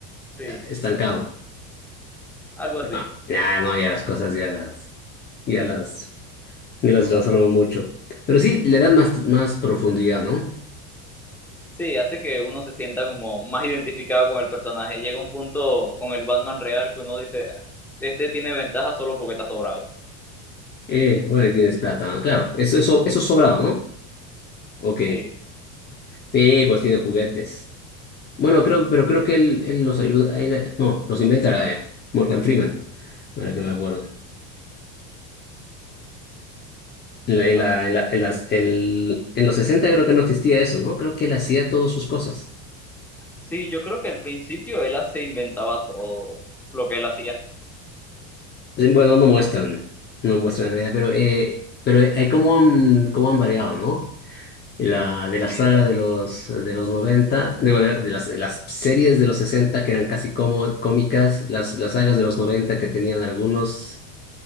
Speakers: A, in the centre; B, on the left.
A: Sí,
B: ah, estancado.
A: algo así.
B: Ah, ya, no, ya las cosas ya las, ya las, ya las transformó mucho. Pero sí, le dan más, más profundidad, ¿no?
A: Sí, hace que uno se sienta como más identificado con el personaje. Llega un punto con el Batman real que uno dice, este tiene ventaja solo porque está sobrado.
B: Eh, bueno, y tienes plata, ¿no? Claro, eso, eso, eso es sobrado, ¿no? Ok,
A: Sí,
B: sí, pues tiene juguetes. Bueno, creo, pero creo que él, él los ayuda, a él- no, los inventa eh, Morgan Freeman, ahora que me acuerdo. En, la- en,
A: a
B: la-
A: ver.
B: en la- en las- el- en los 60 creo que no existía eso, ¿no? Creo que él hacía todas sus cosas.
A: Sí, yo creo que al principio él se inventaba todo lo que él hacía.
B: Sí, Bueno, no muestran, no muestran en realidad, pero, eh, pero eh, hay cómo han, cómo han variado, ¿no? La, de
A: Sí,
B: la saga
A: eh,
B: de los, de los 90, digo, de, de las, de las series de los 60 que eran casi como, cómicas, las, las sagas de los 90 que tenían algunos.